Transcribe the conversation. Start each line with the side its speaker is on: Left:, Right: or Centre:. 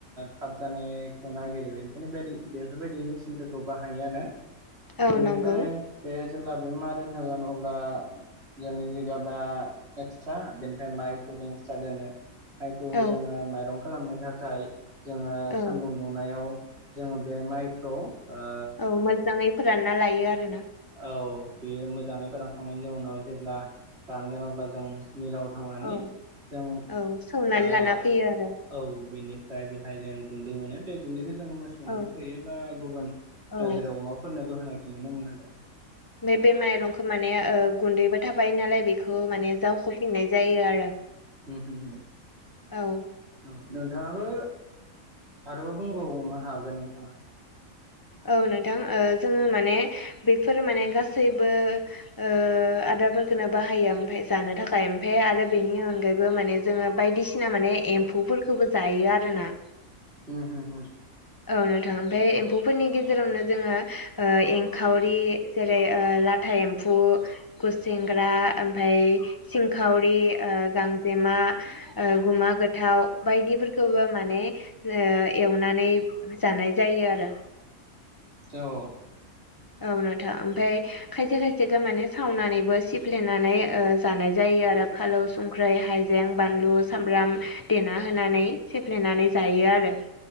Right: थाब जानायखौ नायगिरो बेनिखायनो बायदि बेफोरबायदि मेचिनफोरखौ बाहायो आरो
Left: औ
Right: बेनिफ्राय
Left: नंगौ
Right: बे जेब्ला बे मारोन होगोन अब्ला जोंनि जिगाबा एक्सट्रा बेनिफ्राय माइखौ जों एक्सट्रा दोनो माइखौ
Left: औ
Right: जोङो माइरं खालामनो थाखाय जोङो
Left: औ
Right: सान्दुं दुङो नायाव जोङो बे माइखौ ओ
Left: औ मोजाङै फोरानना लायो आरो ना
Right: औ बेयो मोजाङै फोरानखांनायनि जों उनाव जेब्ला रानगोन अब्ला जों मिलाव थांनानै
Left: औ
Right: जों
Left: औ सौनानै
Right: ओ
Left: लाना फैयो आरो
Right: औ बेनिफ्राय बेहाय जों गुन्दै मोनो बे गुन्दैखौ जों मो सौनोबो
Left: औ
Right: होयो बा गुबुन
Left: औ
Right: जेराव अमाफोरनोबो होनायखौ नुनो मोन आरो
Left: नैबे बे माइरंखौ माने गुन्दैबो थाबायो नालाय बेखौ माने जावख फिनाय जायो आरो
Right: हम हम
Left: औ
Right: औ नोंथाङाबो आरोबाव बुंबावनो हागोन नोंथाङा
Left: औ नोंथां जोङो माने बेफोर माने गासैबो ओ आदारफोरखौनो बाहायो ओमफाय जानो थाखाय ओमफाय आरो बेनि अनगायैबो माने जोङो बायदि सिना माने एम्फौफोरखौबो जायो आरोना
Right: होम होम होम
Left: औनो नोंथां ओमफ्राय एम्फौफोरनि गेजेरावनो जोङो ओ एंखावरि जेरै ओ लाथा एम्फौ गुसेेंग्रा ओमफ्राय सिंखावरि ओ गांजेमा गुमा गोथाव बायदिफोरखौबो माने एवनानै जानाय जायो आरो
Right: औ औ
Left: औ नोंथां ओमफ्राय खायसे खायसेखौ माने सावनानैबो सिफ्लेनानै ओ जानाय जायो आरो फालौ संख्रि हाइजें बानलु सामब्राम देना होनानै सेेफ्लेनानै जायो आरो